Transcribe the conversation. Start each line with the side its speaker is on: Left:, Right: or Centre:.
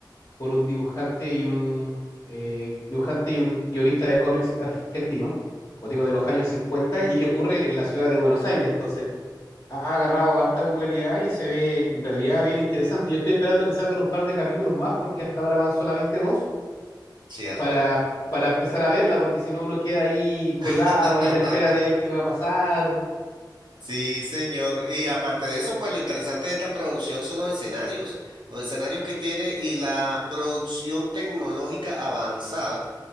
Left: por un dibujante y un eh, dibujante y un guionista de cómics argentino, como digo, de los años 50 y que ocurre en la ciudad de Buenos Aires, entonces ha agarrado harta popularidad y se ve en realidad bien interesante. Yo estoy esperando que salgan un par de capítulos más porque hasta ahora van solamente dos
Right: cierto.
Left: para, para empezar a verla, porque si no uno queda ahí colgado
Right: <laughs>
Left: y a la espera de ver qué va a pasar.
Right: Sí, señor. Y aparte de eso, pues lo interesante de esta producción son los escenarios, los escenarios que tiene y la producción tecnológica avanzada